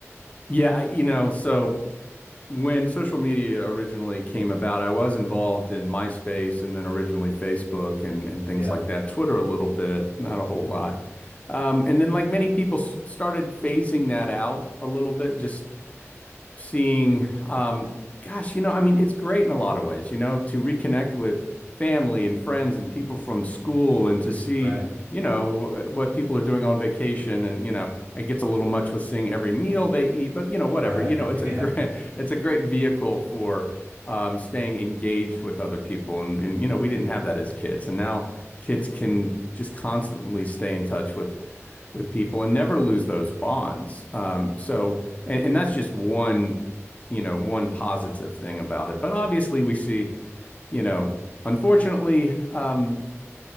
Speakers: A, on the left; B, on the right.
A: Yeah, I, you know, so when social media originally came about, I was involved in MySpace and then originally Facebook and and things
B: yeah,
A: like that. Twitter a little bit, not a whole lot. Um, and then like many people s started phasing that out a little bit, just seeing um gosh, you know, I mean, it's great in a lot of ways, you know, to reconnect with family and friends and people from school and to see
B: right,
A: you know, what people are doing on vacation and, you know, it gets a little much with seeing every meal they eat, but you know, whatever.
B: right,
A: You know, it's
B: <laughs>
A: a
B: yeah.
A: great <laughs> it's a great vehicle for um staying engaged with other people and, and you know, we didn't have that as kids. And now kids can just constantly stay in touch with with people and never lose those bonds. Um so and, and that's just one, you know, one positive thing about it. But obviously we see, you know, unfortunately, um <laughs>